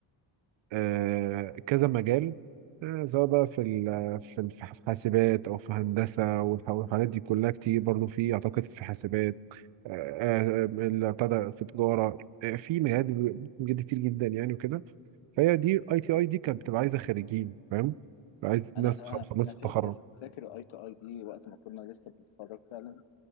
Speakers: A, on the right; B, on the left.
A: آه، كذا مجال آه، سواء بقى في ال- في ال- في حاسبات او في هندسه والح- والحاجات دي كلها كتير برضو في اعتقد في حاسبات آه، آه، اللي ابتدى في تجاره آه، في مجالات بجد كتير جدا يعني وكده فهي دي اي تي
B: تمام
A: اي دي كانت بتبقى عايزه خريجين فاهم عايز ناس
B: انا انا
A: خلصت
B: انا فاكر
A: التخرج
B: فاكر اي تو اي دي وقت ما كنا لسه بنتخرج فعلا